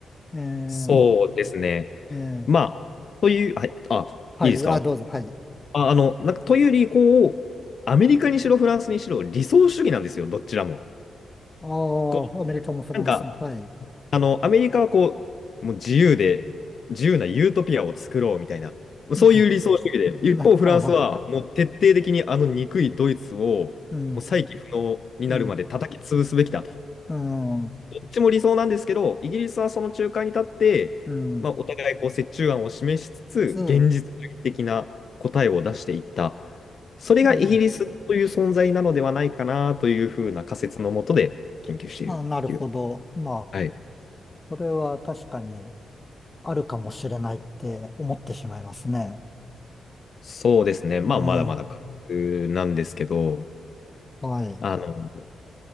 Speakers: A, on the left; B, on the left.
A: ええ、
B: そうですね。
A: ええ、
B: まあ、という、はい、あ、
A: はい、
B: いいですか
A: あ、どうぞ、はい。
B: あ、あの、なんか、というより、こう、アメリカにしろ、フランスにしろ、理想主義なんですよ、どちらも。
A: あ
B: こう、
A: あ、アメリカもフランスも、
B: なんか、
A: はい。
B: あの、アメリカはこう、もう自由で、自由なユートピアを作ろうみたいな、そういう理想主義で、
A: <laughs> な、
B: 一方、フランスは、
A: な、あ
B: もう徹底的にあの憎いドイツを、
A: うん、
B: もう再起不能になるまで叩き潰すべきだと。
A: に、うん、
B: っちも理想なんですけど、イギリスはその中間に立って、
A: うん、
B: まあ、お互いこう折衷案を示しつつ、
A: つ、
B: 現実主義的な答えを出していった。それがイギリスという存在なのではないかなというふうな仮説のもとで研究しているっていう。
A: うん、あ、なるほど。まあ、
B: はい。
A: これは確かに、あるかもしれないって思ってしまいますね。
B: そうですね。まあ、
A: うん、
B: まだまだ仮説なんですけど、
A: はい。
B: あの、